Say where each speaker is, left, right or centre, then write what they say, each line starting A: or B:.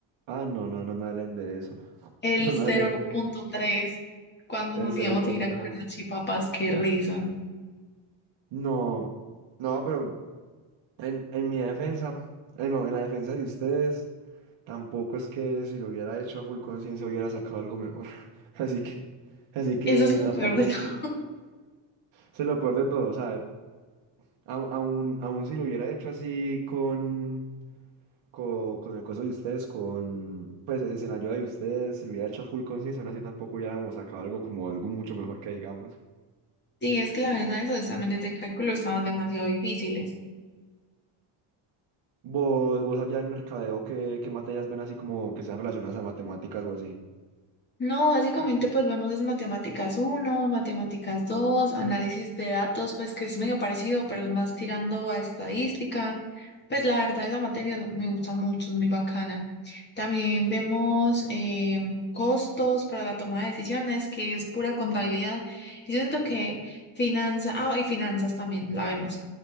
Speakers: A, on the right; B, on the left.
A: ah, no, no, no me hablen de eso, <laughs>
B: el
A: no me
B: 0.3,
A: hablen de
B: cuando
A: el
B: nos
A: cero
B: íbamos
A: con
B: a ir a
A: tres
B: comer las chipapas, qué risa.
A: No, no, pero... En, en mi defensa, en, no, en la defensa de ustedes, tampoco es que si lo hubiera hecho a full conciencia hubiera sacado algo mejor. <laughs> Así que, así que
B: Eso es lo
A: tampoco
B: peor de
A: es
B: todo.
A: que, eso es lo peor de todo, o sea, au- aún, aún si lo hubiera hecho así con, co- con, el coso de ustedes, con, pues ese escenario de ustedes, si lo hubiera hecho a full conciencia, aún así tampoco hubiéramos sacado algo como algo mucho mejor que digamos.
B: Sí, es que la
A: Nah.
B: verdad esos exámenes de cálculo estaban demasiado difíciles.
A: Vos, vos allá en mercadeo, ¿qué, qué materias ven así como que sean relacionadas a matemáticas o así?
B: No, básicamente pues vemos es matemáticas uno matemáticas dos análisis de datos, pues que es medio parecido, pero es más tirando a estadística. Pues la verdad esa materia me gusta mucho, es muy bacana. También vemos eh, costos para la toma de decisiones, que es pura contabilidad. Y Yo siento que finanzas, ah, y finanzas también la vemos.